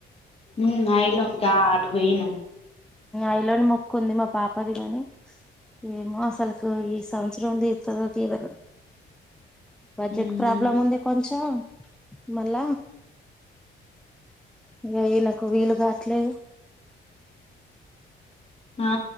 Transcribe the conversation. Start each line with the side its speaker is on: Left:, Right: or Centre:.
Left: ఊ ఐలోకా ఆటు పోయినమ్.
Centre: ఐలోని మొక్కుంది, మా పాపది గాని. ఏమో అసల్కు ఈ సంవత్స. రండి. తనివితీరా. బడ్జెట్
Left: ఉమ్
Centre: ప్రాబ్లం ఉంది కొంచెం. మళ్ళ ఇంగ ఈయనక్. కు వీలు గాట్లేదు.
Left: ఆ